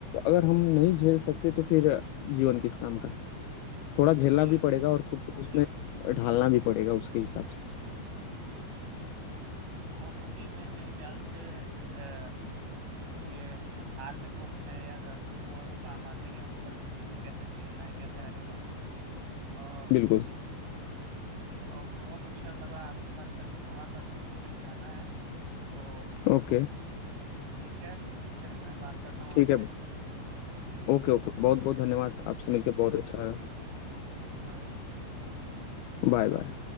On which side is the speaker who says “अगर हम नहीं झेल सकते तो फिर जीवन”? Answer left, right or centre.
Left